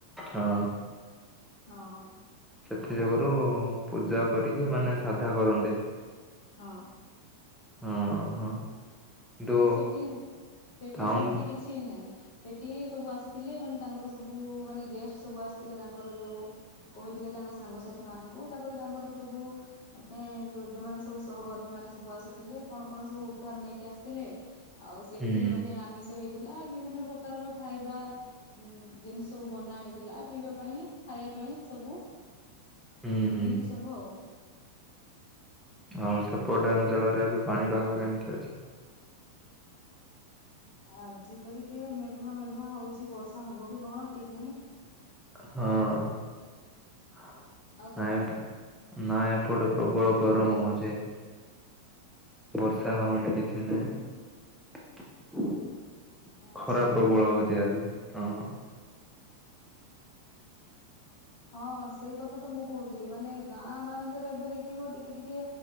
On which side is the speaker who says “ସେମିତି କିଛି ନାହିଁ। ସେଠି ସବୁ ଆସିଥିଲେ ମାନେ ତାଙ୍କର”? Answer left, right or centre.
Left